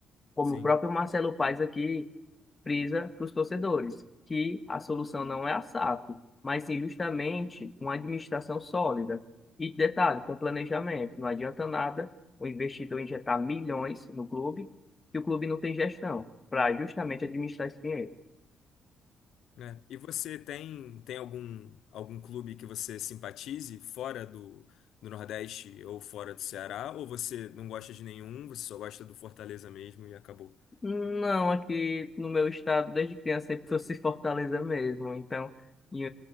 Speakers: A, on the left; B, on the left.
A: Como
B: sim.
A: o próprio Marcelo Paes aqui frisa para os torcedores, que a solução não é a SAF, mas sim justamente uma administração sólida. E detalhe, com planejamento, não adianta nada o investidor injetar milhões no clube, que o clube não tem gestão para justamente administrar esse dinheiro.
B: né? E você tem, tem algum, algum clube que você simpatize fora do, do Nordeste ou fora do Ceará? Ou você não gosta de nenhum, você só gosta do Fortaleza mesmo e acabou?
A: Não, aqui no meu estado, desde criança, sempre trouxe Fortaleza mesmo. Então, e,